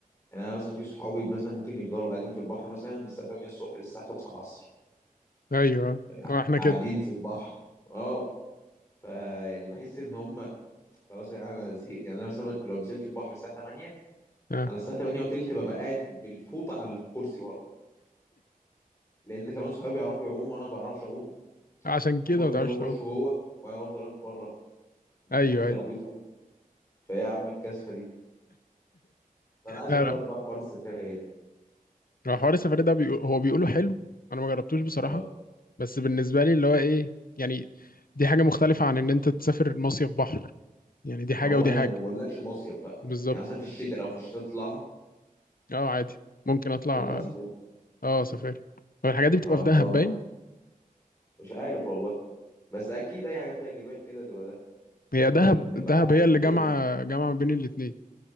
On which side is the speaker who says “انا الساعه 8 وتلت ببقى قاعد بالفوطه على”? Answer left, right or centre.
Left